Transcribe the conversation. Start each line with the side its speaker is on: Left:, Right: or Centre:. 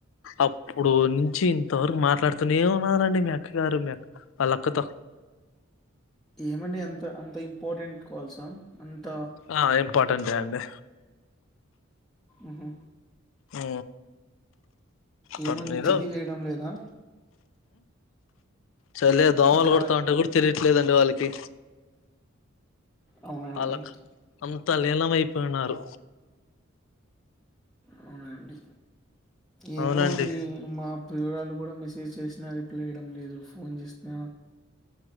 Left: అప్పుడు నుంచి ఇంతవరకు మాట్లాడ అతనే ఉన్నారన్డి మీ అక్క గారు మీ అక్క వాళ్లక్కతో
Centre: ఏమండీ అంత అంత ఇంపార్టెంట్ కాల్సా అంత
Left: ఆ ఇంపార్టెంటే అండి
Centre: ఊహు
Left: ఊ బట్
Centre: ఏమండి
Left: ఏదో
Centre: చలి వేయడం లేదా
Left: సర్లే దోమలు
Centre: గా
Left: కొడతా ఉంటే కూడా తెలిట్లేదండి వాళ్ళకి
Centre: అవునానండి
Left: వాళ్ళకి అంతా లీలమైపోయినారు
Centre: అవునండి ఏమో
Left: అవునండి
Centre: అండి మా ప్రియురాలు కూడా మెసేజ్ చేసినా రిప్లై ఇయడం లేదు ఫోన్ చేసిన